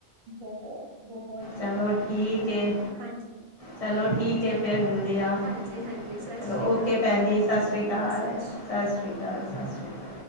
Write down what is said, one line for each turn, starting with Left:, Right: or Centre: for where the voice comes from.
Right: ਬਹੁਤ ਬਹੁਤ
Left: ਚਲੋ ਠੀਕ ਏ
Right: ਹਾਂਜੀ
Left: ਚਲੋ ਠੀਕ
Right: ਚਲ
Left: ਹੈ, ਫਿਰ ਮਿਲਦੇ ਆ
Right: ਹਾਂਜੀ ਹਾਂਜੀ ਸਤਿ
Left: ਚਲੋ
Right: ਸ੍ਰੀ ਅਕਾਲ
Left: ਓਕੇ ਭੈਨ ਜੀ
Right: ਭੈਣ
Left: ਸਤ ਸ੍ਰੀ ਅਕਾਲ
Right: ਸਤਿ ਸ੍ਰੀ
Left: ਸਤ ਸ਼੍ਰੀ ਅਕਾਲ ਸਤ ਸ਼੍ਰੀ ਅਕਾਲ